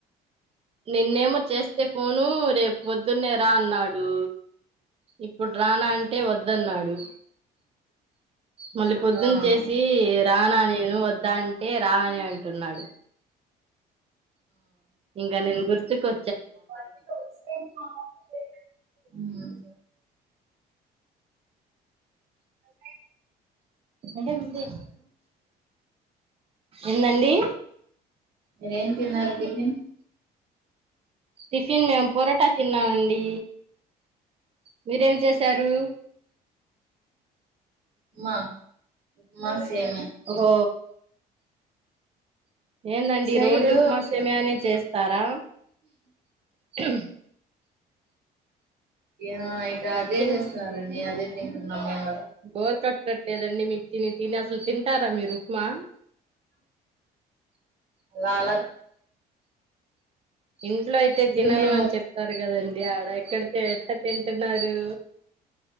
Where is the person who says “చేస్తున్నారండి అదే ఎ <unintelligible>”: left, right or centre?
Right